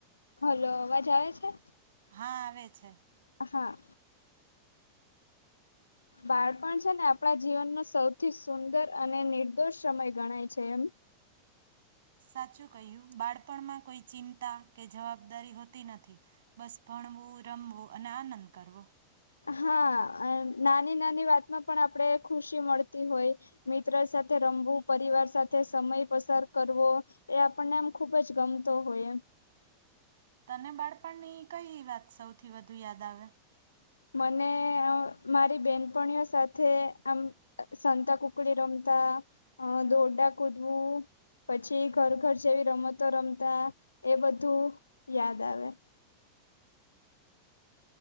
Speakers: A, on the left (about 80°); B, on the right (about 60°).
A: હલો અવાજ આવે છે
B: હા આવે છે
A: હા બાળપણ છે ને આપણા જીવનનો સૌથી સુંદર અને નિર્દોષ સમય ગણાય છે એમ
B: સાચું કહ્યું બાળપણમાં કોઈ ચિંતા કે જવાબદારી હોતી નથી બસ ભણવું રમવું અને આનંદ કરવો
A: હા નાની નાની વાતમાં પણ આપણેે ખુશી મળતી હોય મિત્ર સાથે રમવું પરિવાર સાથે સમય પસાર કરવો એ આપણને એમ ખુબ જ ગમતો હોય એમ
B: તને બાળપણની કઈ વાત સૌથી વધુ યાદ આવે
A: મને આ મારી બેનપણીઓ સાથે આમ સંતા કુકડી રમતા અ દોરડા કૂદવું પછી ઘર ઘર જેવી રમતો રમતા એ બધું યાદ આવે